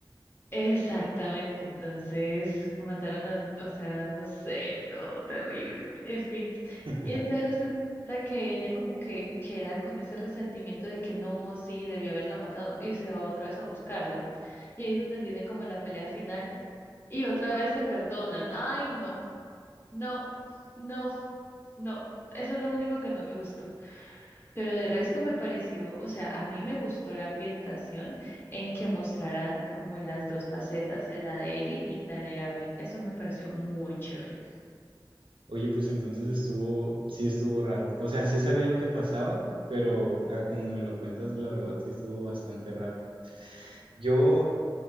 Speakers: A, on the left (about 25°); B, on the right (about 75°).
A: Exactamente, entonces mataron a, o sea, no sé, no, terrible, en fin.
B: <laughs>
A: Y entonces resulta que ella como que queda con ese resentimiento de que no, sí, debió haberla matado y se va otra vez a buscarla. Y ahí es donde tienen como la pelea final y otra vez se perdonan. Ay, no, no, no, no. Eso es lo único que no me gustó. Pero de resto me pareció, o sea, a mí me gustó la ambientación en que mostraran como las dos facetas, eh, la de Ellie y la de Abby. Eso me pareció muy chévere.
B: Oye, pues entonces estuvo, sí estuvo raro. O sea, sí sabía lo que pasaba, pero ah, como me lo cuentas, la verdad sí estuvo bastante raro. Yo